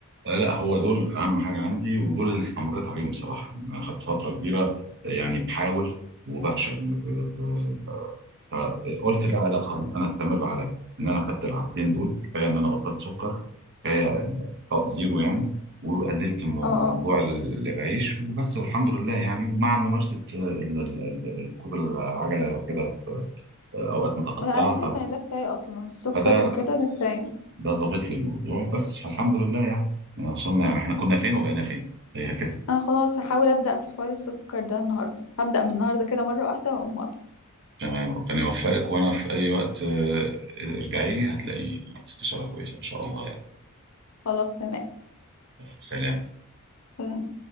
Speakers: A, on the right; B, on the left.
A: آه، لا هو دول اهم حاجه عندي ودول اللي استمريت عليهم صراحه انا خدت فتره كبيره يعني بحاول وبفشل ب- ب- فقلت بقى لا خلاص انا استمر على ان انا خدت العادتين دول كفايه ان انا بطلت سكر كفايه انقاء زيرو يعني وقللت مو-
B: اه
A: موضوع
B: اه
A: ال- العيش وبس والحمد لله يعني ومع ممارسه آه، ال- ال- ال- ركوب العجله كده في آه، اوقات متقطعه
B: لا أنا شايفة
A: ف-
B: إن ده كفاية أصلا السكر
A: فده
B: وكده ده كفاية
A: ده ظابط لي الموضوع بس فالحمد لله يعني يعني وصلنا يعني احنا كنا فين وبقينا فين هي كده
B: أنا خلاص هحاول أبدأ في حوار السكر ده النهاردة هبدأ من النهاردة كده مرة واحدة وأقوم قاطعة
A: تمام ربنا يوفقك وانا في اي وقت آه، ارجعي لي هتلاقي استشاره كويسه ان شاء الله يعني
B: خلاص تمام
A: سلام
B: تمام